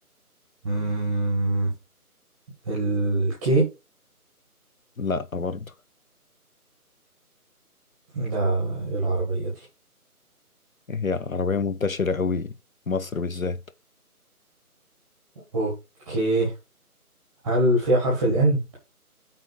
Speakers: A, in the centre; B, on the left.
A: مم، الكي
B: لا برضه
A: ده إيه العربية دي
B: هي عربية منتشرة قوي مصر بالذات
A: اوكي هل فيها حرف الان